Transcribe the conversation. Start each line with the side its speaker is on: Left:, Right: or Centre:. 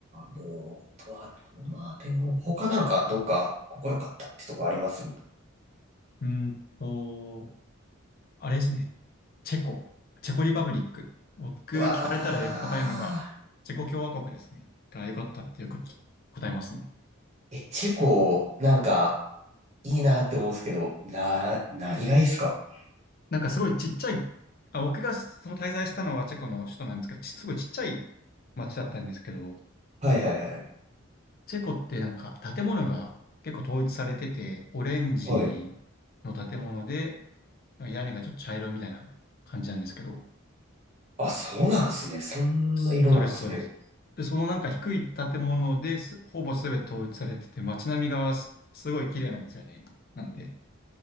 Right: のと、あと、まあでも、他なんかどっか、ここ良かったってとこありますう
Left: うーんと、あれですね。チェコ。チェコリパブリック。僕、
Right: わ
Left: 聞かれたらよく答えるのが、チェコ共和国ですね。が良かったってよくき答えますね。
Right: ー。え、チェコ、なんか、いいなって思うんですけど、な、何がいいっすか
Left: なんかすごいちっちゃい、あ、僕がその滞在したのはチェコの首都なんですけど、ちすごいちっちゃい町だったんですけど、
Right: はいはいはい。
Left: チェコってなんか建物が結構統一されてて、オレンジ
Right: はい。
Left: の建物で、なんか屋根がちょっと茶色みたいな感じなんですけど、
Right: あ、そうなんすね。そんな色なんすね。
Left: そうです、そうです。で、そのなんか低い建物ですほぼ全て統一されてて、街並みがす、すごい綺麗なんですよね。なんで、